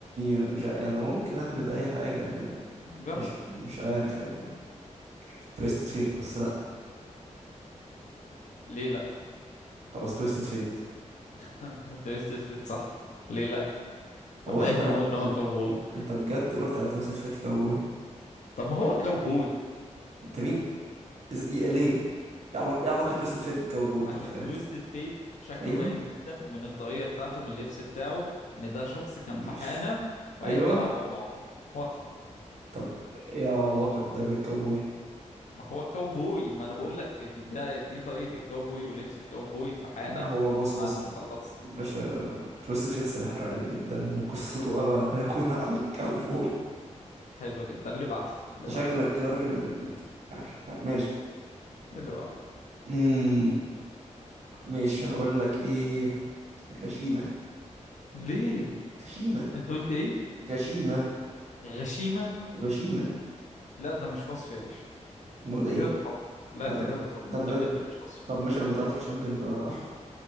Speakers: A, on the right (about 60°); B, on the left (about 75°).
A: مش ع- يعني ممكن اهبد اي حاجة يعني
B: جرب
A: مش مش عارف يعني تويستد فيت بس لا
B: ليه لا
A: خلاص تويستد فيت
B: <laughs> انت بس تثبت صح ليه لا باين
A: هو انت
B: اوي ان هو
A: انت
B: كوبوي
A: أنت بجد قلت على تويستد فيت كاوبوي
B: طب ما هو كوبوي
A: انت مين إز... ي- ليه ايه علاقة ايه علاقة
B: عش-
A: تويستد فيت بالكاوبوي
B: عشان
A: طب فاهمني
B: تويستد فيت شكله
A: ايوه
B: باين جدا من الطاقية بتاعته من اللبس بتاعه ان ده شخص كان
A: مش
B: في حانة وقاعد
A: ايوه
B: بيلعب قمار واضحة
A: طب ايه علاقة ده بالكاوبوي
B: ما هو كوبوي ما انا بقول لك ده دي طاقية الكوبوي ولبس الكوبوي في حانة
A: لا هو بص
B: بعد
A: بص
B: ما
A: بص
B: خلص
A: باشا تويستد فيت ساحر عادي جدا وقصته ابعد ما يكون عن الكاوبوي
B: حلو جدا اللي بعده
A: انت
B: اللي بعده
A: شكلك كده راجل م- يعني عارف ماشي
B: اللي بعده
A: امم ماشي هقول لك ايه غشيمة
B: ليه
A: غشيمة
B: انت قلت ايه
A: غشيمة
B: غشيمة
A: غشيمة
B: لا ده مش وصف يا باشا
A: امال ده
B: انت
A: ايه
B: كده بتهزر لا
A: لا
B: انت
A: لا
B: كده بتهزر
A: ده بجد
B: ده بجد مش وصف
A: طب ماشي لما تعرف الشامبيون يبقى احكم